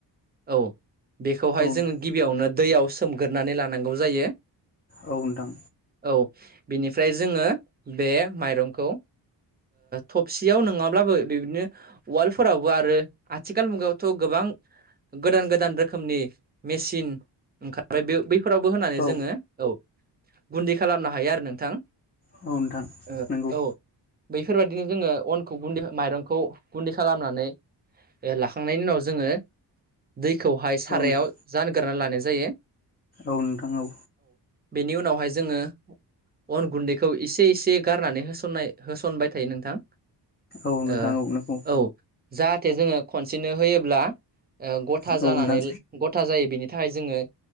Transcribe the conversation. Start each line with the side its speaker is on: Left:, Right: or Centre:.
Right: औ बेखौहाय
Left: नोंथां
Right: जों गिबियावनो दैयाव सोमगोरोनानै लानांगौ जायो
Left: औ नोंथां
Right: औ बिनिफ्राय जोङो बे माइरंखौ थबसियाव नङाब्लाबो बेबदिनो वालफोरावबो आरो आथिखाल मुगायावथ' गोबां गोदान गोदान रोखोमनि मेसिन ओंखारबाय बे बै फोरावबो होनानै
Left: औ
Right: जोङो औ गुदि खालामनो हायो आरो नोंथां।
Left: औ नोंथां
Right: ओ
Left: नंगौ।
Right: औ बैफोरबायदिनो जोङो अनखौ गुन्दै माइरंखौ गुन्दै खालामनानै लाखांनायनि उनाव जोङो दैखौहाय सारायाव
Left: औ नोंथां
Right: जानगारना लानाय जायो।
Left: औ नोंथां औ।
Right: बेनि उनावहाय जोङो अन गुन्दैखौ एसे एसे गारनानै होसननाय होसनबाय थायो नोंथां।
Left: औ नोंथां
Right: ओ
Left: औ नोंगौ।
Right: औ जाहाथे जोङो खनसेनो होयोब्ला गथा
Left: औ नोंथां
Right: जानानै गथा जायो बिनि नि थाखाय जोङो